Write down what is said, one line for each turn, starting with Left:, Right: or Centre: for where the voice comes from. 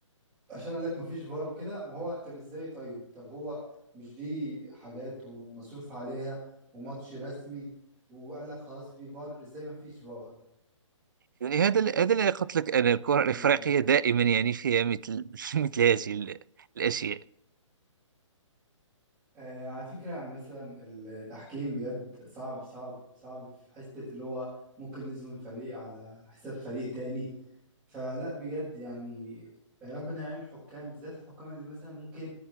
Centre: عشان قال لك ما فيش فار وكده ما هو طب ازاي طيب طب هو مش دي حاجات ومصروف عليها وماتش رسمي وقال لك خلاص في فار ازاي ما فيش فار
Right: يعني هذا ال- هذا اللي قلت لك انا الكره الافريقيه
Centre: آه،
Right: دائما يعني فيها مثل <laughs> مثل هذه ال- الاشياء
Centre: آه على فكرة يعني مثلا التحكيم بجد صعب صعب صعب في حتة اللي هو ممكن نظلم فريق على حساب فريق تاني فلا بجد يعني ربنا يعين الحكام بالذات الحكام اللي مثلا ممكن